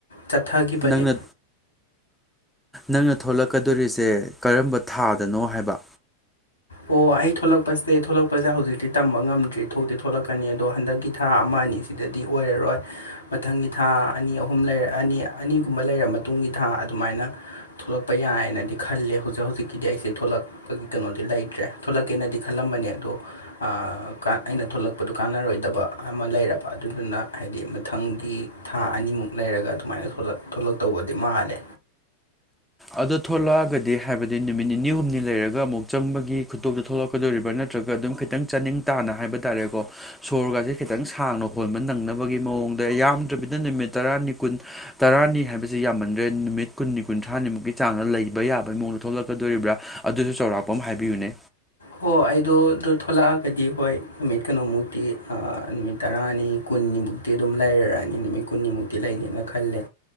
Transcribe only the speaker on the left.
ꯆꯠꯊꯒꯤꯕꯅꯦ
ꯑꯣ ꯑꯩ ꯊꯣꯂꯛꯄꯁꯦ ꯊꯣꯂꯛꯄꯁꯦ ꯍꯧꯖꯤꯛꯇꯤ ꯇꯝꯕ ꯉꯝꯗ꯭ꯔꯤ ꯊꯣꯛꯇꯤ ꯊꯣꯛꯂꯛꯀꯅꯤ ꯑꯗꯣ ꯍꯟꯗꯛꯀꯤ ꯊꯥ ꯑꯃꯥ ꯑꯅꯤꯁ ꯗꯗꯤ ꯑꯣꯏꯔꯔꯣꯏ ꯃꯊꯪꯒꯤ ꯊꯥ ꯑꯅꯤ ꯑꯍꯨꯝ ꯂꯩꯔ ꯑꯅꯤ ꯑꯅꯤꯒꯨꯝꯕ ꯂꯩꯔꯝ ꯃꯇꯨꯡꯒꯤ ꯊꯥ ꯑꯗꯨꯃꯥꯏꯅ ꯊꯣꯂꯛꯄ ꯌꯥꯏꯅꯗꯤ ꯈꯜꯂꯦ ꯍꯧꯖꯤꯛ ꯍꯧꯖꯤꯛꯀꯤꯗꯤ ꯑꯩꯁꯦ ꯊꯣꯛꯂꯛꯄꯒꯤ ꯀꯩꯅꯣꯗꯤ ꯂꯩ ꯇꯔ꯭ꯦ ꯊꯣꯛꯂꯛꯀꯦꯅꯗꯤ ꯈꯜꯂꯝꯕꯅꯦ ꯑꯗꯣ ꯑꯥ ꯀꯥꯟ ꯑꯩꯅ ꯊꯣꯂꯛꯄꯗꯣ ꯀꯥꯟꯅꯔꯣꯏꯗꯕ ꯑꯃꯥ ꯂꯩꯔꯕ ꯑꯗꯨꯗꯨꯅ ꯍꯥꯏꯗꯤ ꯃꯊꯪꯒꯤ ꯊꯥ ꯑꯅꯤꯃꯨꯛ ꯂꯩꯔꯒ ꯑꯗꯨꯃꯥꯏꯅ ꯊꯣꯂꯛ ꯊꯣꯂꯛꯇꯧꯕꯗꯤ ꯃꯥꯜꯂꯦ
ꯍꯣ ꯑꯩꯗꯣ ꯑꯗꯨ ꯊꯣꯂꯛꯑꯒꯗꯤ ꯍꯣꯏ ꯅꯨꯃꯤꯠ ꯀꯩꯅꯣꯃꯨꯛꯇꯤ ꯑꯥ ꯅꯨꯃꯤꯠ ꯇꯔꯥꯅꯤ ꯀꯨꯟꯅꯤꯃꯨꯛꯇꯤ ꯑꯗꯨꯝ ꯂꯩꯔꯛꯑꯅꯤ ꯅꯨꯃꯤꯠ ꯀꯨꯟꯅꯤꯃꯨꯛꯇꯤ ꯂꯩꯒꯦꯅ ꯈꯜꯂꯦ